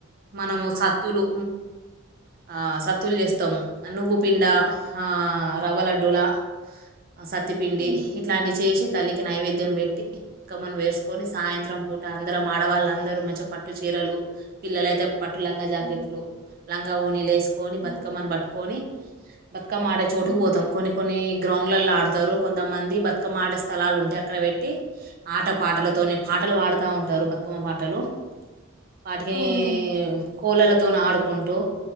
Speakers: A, on the right; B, in the centre.
A: మనము సత్తులు ఆ సత్తులు చేస్తాము నువ్వు పిండా ఆ రవలడ్డ లా ఆ సత్తిపిండి
B: హ్మ్.
A: ఇట్లాంటి చేసి తల్లికి నైవేద్యం పెట్టిక్కమ్మనం వేసుకొని సాయంత్రం పూట అందరం ఆడవాళ్ళందరూ మంచి పట్టు చీరలు పిల్లలయితే పట్టు లంగా జాకెట్లు
B: హ్మ్.
A: లంగా ఓనీలు వేసుకొని
B: హ్మ్.
A: బతుకమ్మని పట్టుకొని బత్కా మ మాడే చోటే
B: హ్మ్.
A: వతాం కొన్ని గ్రౌండ్లలో ఆడుతారు కొంతమంది బతుకమ్మ ఆడే స్థలాలు ఉంటే అక్కడ పెట్టి ఆట పాటలతో పాటలు ఆడుతా ఉంటారు బతుకమ్మ పాటలు వాటికిని
B: అవునా
A: కూలలతో ఆడుకుంటూ